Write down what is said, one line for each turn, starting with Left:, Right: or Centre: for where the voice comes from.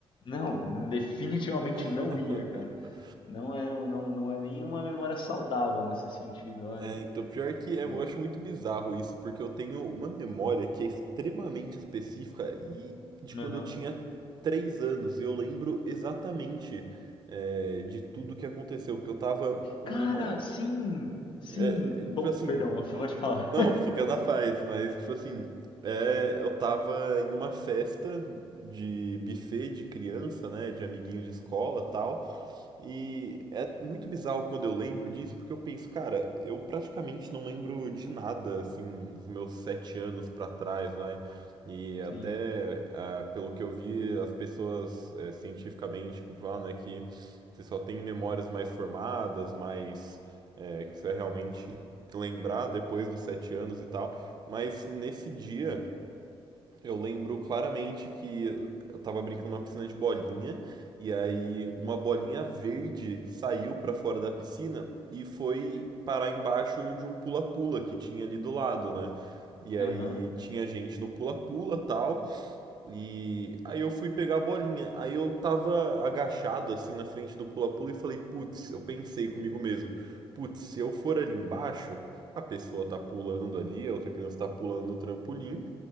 Left: Não, definitivamente
Right: <laughs>
Left: não ia, cara. Não era, não, não é nenhuma memória saudável nesse sentido, olha.
Right: É, então, pior que
Left: Exato.
Right: é, eu acho muito bizarro isso, porque eu tenho uma memória que é extremamente específica e de quando
Left: Aham.
Right: eu tinha 3 anos, e eu lembro exatamente é, de tudo que aconteceu, porque eu tava em
Left: Cara,
Right: uma.
Left: sim, sim.
Right: é, tipo
Left: Bom,
Right: assim,
Left: perdão, <laughs> pode falar.
Right: Não, fica na paz, mas tipo assim, é, eu tava em uma festa de buffet de criança, né, de amiguinho de escola, tal. E é muito bizarro quando eu lembro disso, porque eu penso, cara, eu praticamente não lembro de nada, assim, dos meus sete anos pra trás, vai. E até,
Left: Sim.
Right: ah, pelo que eu vi, as pessoas eh, cientificamente comprovaram, né, que você só tem memórias mais formadas, mais, eh, que você vai realmente lembrar depois dos sete anos e tal. Mas nesse dia, eu lembro claramente que eu tava brincando numa piscina de bolinha e aí uma bolinha verde saiu pra fora da piscina e foi parar embaixo de um pula-pula que tinha ali do lado, né? E aí
Left: Aham.
Right: tinha gente no pula-pula e tal. E aí eu fui pegar a bolinha. Aí eu tava agachado assim na frente do pula-pula e falei, putz, eu pensei comigo mesmo, putz, se eu for ali embaixo, a pessoa tá pulando ali, a outra criança tá pulando no trampolim.